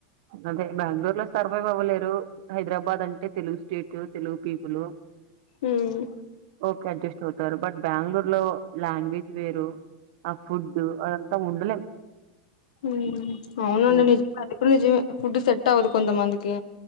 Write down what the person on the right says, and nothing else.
అదే బెంగళూరు లో సర్‌వైవ్ అవ్వలేరు హైదరాబాద్ అంటే Telugu state Telugu people
Okay adjust అవుతు సరే బట్ బెంగళూరు లో లాంగ్వేజ్ వేరు ఆ ఫుడ్ అదంతా ఉండలేం.
ఉమ్.